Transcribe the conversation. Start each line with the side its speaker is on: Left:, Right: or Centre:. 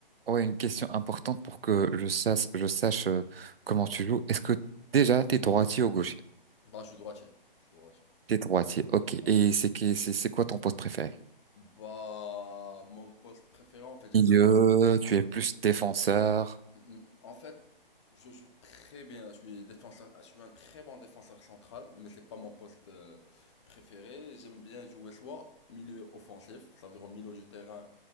Right: ouais, une question importante pour que je sache, je sache euh, comment tu joues. Est-ce que déjà t'es droitier ou gaucher?
Left: Bah, je suis droitier. Je suis droitier.
Right: T'es droitier, ok.
Left: Ouais.
Right: Et c'est qui- c'est c'est quoi ton poste préféré?
Left: Bah, mon poste préféré, en fait, j'ai
Right: Milieu.
Left: deux postes.
Right: Tu es plus défenseur.
Left: Mm, mm. En fait, je joue très bien. Je suis défenseur, je suis un très bon défenseur central, mais c'est pas mon poste euh, préféré. J'aime bien jouer soit milieu offensif, ça veut dire au milieu du terrain